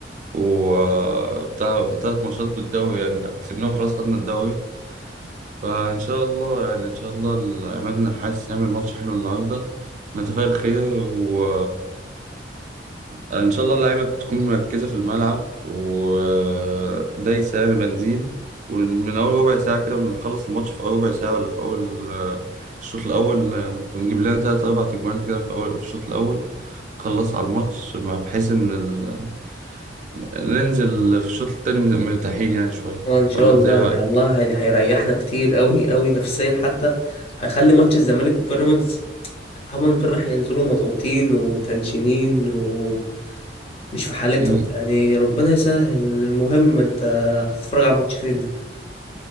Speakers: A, on the right (about 45°); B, on the left (about 35°).
A: وبتاع تلات ماتشات بالدوري يعني كسبناهم خلاص خدنا الدوري فإن شاء الله يعني إن شاء الله عماد النحاس يعمل ماتش حلو النهاردة نتفائل خير و آه، ان شاء الله اللعيبه تكون مركزه في الملعب ودايسه يعني بنزين ومن اول ربع ساعه كده بنخلص الماتش في اول ربع ساعه ولا في اول آه، الشوط الاول آه، نجيب لنا ثلاث اربع تجوان كده في اول في الشوط الاول نخلص على الماتش مع- بحيث ان ال... ننزل في الشوط التاني مرتاحين يعني شويه
B: هو ان شاء
A: ولا
B: الله
A: انت ايه رايك
B: على الله يعني هيريحنا كتير قوي قوي نفسيا حتى هيخلي ماتش الزمالك وبيراميدز هما امبارح هينزلوا مضغوطين ومتنشنين ومش في حالتهم
A: مم.
B: يعني ربنا يسهل المهم انت هتتفرج على الماتش فين ده